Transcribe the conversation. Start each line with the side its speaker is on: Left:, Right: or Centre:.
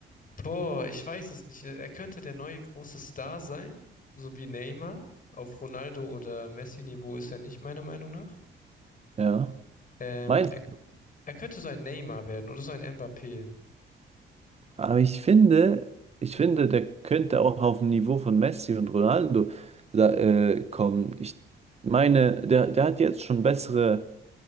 Left: Boah, ich weiß es nicht. Er könnte der neue große Star sein, so wie Neymar. Auf Ronaldo oder Messi-Niveau ist er nicht, meiner Meinung nach.
Right: ja.
Left: Ähm,
Right: Meinst
Left: er, er könnte so ein Neymar werden oder so ein Mbappé.
Right: Aber ich finde, ich finde, der könnte auch auf dem Niveau von Messi und Ronaldo da, äh, kommen. Ich meine, der, der hat jetzt schon bessere,